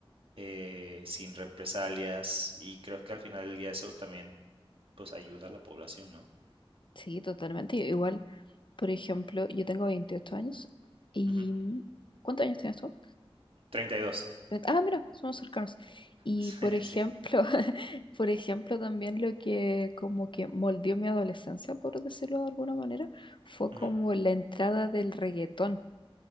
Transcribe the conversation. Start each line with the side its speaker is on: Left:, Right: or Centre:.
Right: eh, sin represalias y creo que al final del día eso también pues ayuda a la población, ¿no?
Left: Sí, totalmente. Igual, por ejemplo, yo tengo 28 años y...
Right: Ujú.
Left: mm, ¿Cuántos años tienes tú?
Right: treinta y dos,
Left: 30. Ah, mira, somos cercanos. Y
Right: <laughs>
Left: por ejemplo,
Right: Sí.
Left: <laughs> por ejemplo, también lo que como que moldeó mi adolescencia, por decirlo de alguna manera, fue
Right: Ujú.
Left: como la entrada del reggaetón.